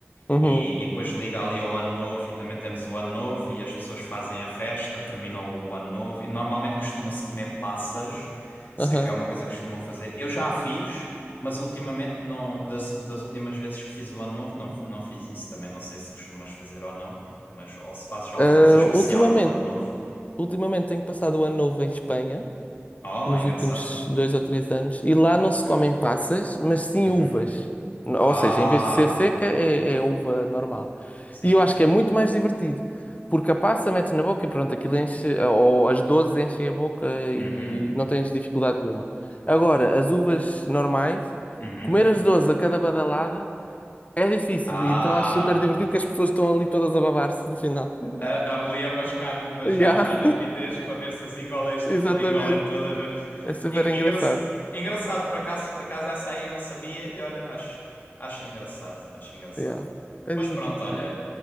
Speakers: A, on the left; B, on the left.
A: Uhum,
B: E, e depois liga ali ao ano novo e também temos o ano novo e as pessoas fazem a festa, terminam o ano novo. E normalmente costuma-se comer passas, sei
A: aham.
B: que é uma coisa que costumam fazer. Eu já a fiz, mas ultimamente não, das, das últimas vezes que fiz o ano novo, não, não fiz isso. Também não sei se costumas fazer ou não, mas ou se fazes já alguma
A: Ah,
B: coisa especial
A: ultimamente,
B: no ano novo.
A: ultimamente tenho passado o ano novo em Espanha.
B: Oh,
A: nos
B: engraçado.
A: últimos dois ou três anos. E lá não se
B: Ok.
A: comem passas, mas sim
B: Uhum.
A: uvas. Ou
B: Ah,
A: seja, em vez de ser seca, é, é uva normal.
B: sim.
A: E eu acho que é muito mais divertido. Porque a passa metes na boca e pronto, aquilo enche, ou as dozes enchem a boca e
B: Uhum.
A: não tens dificuldade nenhuma. Agora, as uvas normais,
B: Uhum.
A: comer as dozes a cada badalada é difícil.
B: Ah,
A: E então acho super divertido que as pessoas estão ali todas a babar-se no final. <laughs>
B: a, ali a mascar uvas
A: Yeah,
B: já à rapidez para ver se as engolem,
A: exatamente.
B: engolem todas antes.
A: É super
B: En-
A: engraçado.
B: engra- engraçado, por acaso, por acaso essa aí eu não sabia e olha, acho, acho engraçado, acho engraçado.
A: Yeah, é
B: Mas
A: divertido,
B: pronto, olha,
A: sim.